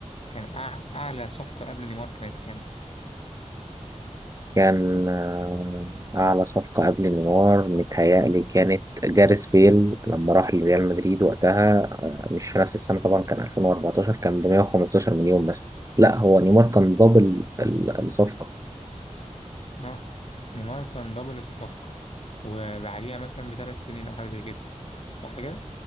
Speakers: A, on the left; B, on the right.
A: كان أع- أعلى صفقة قبل نيمار كانت كام؟
B: كان آه، اعلى صفقه قبل نيمار متهيألي كانت جاريس بيل لما راح لريال مدريد وقتها آه، مش في نفس السنه طبعا كان 2014 كان ب 115 مليون بس لا هو نيمار كان دبل ال- الصفقه
A: آه، نيمار كان دبل الصفقة وبعديها مثلا بثلاث سنين أو حاجة زي كده صح كده؟